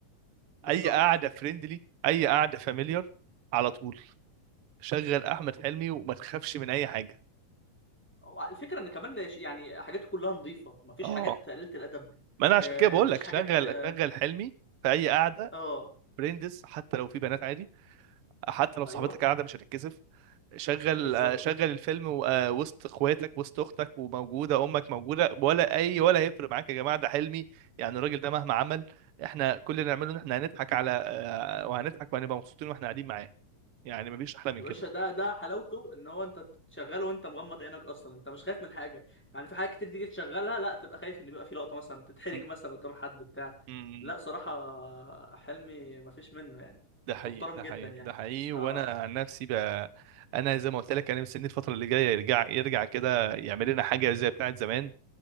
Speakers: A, in the centre; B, on the right (about 65°).
A: بالظبط
B: اي قعده فريندلي اي قعده فاميليار على طول شغل احمد حلمي وما تخافش من اي حاجه
A: هو الفكره ان كمان ش- يعني حاجاته كلها نظيفه مفيش
B: اه
A: حاجات قليله الادب
B: ما انا عشان
A: آه
B: كده بقول
A: مفيش
B: لك
A: حاجات
B: شغل
A: اه
B: شغل حلمي في اي قعده
A: آه،
B: فريندز حتى لو في بنات عادي حتى لو صاحبتك
A: ايوه
B: قاعده مش هتتكسف شغل
A: بالظبط
B: آه، شغل الفيلم و- آه، وسط اخواتك وسط اختك وموجوده امك موجوده ولا اي ولا هيفرق معاك يا جماعه ده حلمي يعني الراجل ده مهما عمل احنا كل اللي نعمله ان احنا هنضحك على آه، وهنضحك وهنبقى مبسوطين واحنا قاعدين معاه يعني مفيش احلى من
A: يا باشا
B: كده
A: ده ده حلاوته ان هو انت تشغله وانت مغمض عينك اصلا انت مش خايف من حاجه يعني في حاجات كتير تيجي تشغلها لا تبقى خايف ان يبقى في لقطه مثلا تتحرج
B: م-
A: مثلا قدام حد بتاع
B: م-
A: لا صراحه حلمي مفيش منه يعني
B: ده حقيقي
A: محترم
B: ده
A: جدا
B: حقيقي
A: يعني
B: ده حقيقي
A: اه
B: وانا عن نفسي بقى انا زي ما قلت لك انا مستني الفتره اللي جايه يرجع يرجع كده يعمل لنا حاجه زي بتاعه زمان